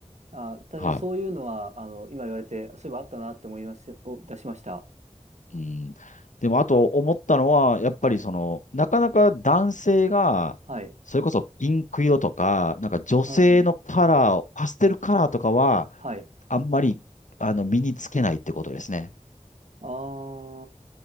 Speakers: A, on the right; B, on the left.
A: あ、確かにそういうのは、
B: はい。
A: あの、今言われて、そういえばあったなって思いまし、お出しました。
B: うん。でも、あと思ったのは、やっぱりその、
A: はい。
B: なかなか男性が、
A: はい。
B: それこそピンク色とか、なんか女性のカラーを、
A: あー、
B: パステルカラーとかは、
A: はい。
B: あんまり、あの、身につけないってことですね。
A: あー、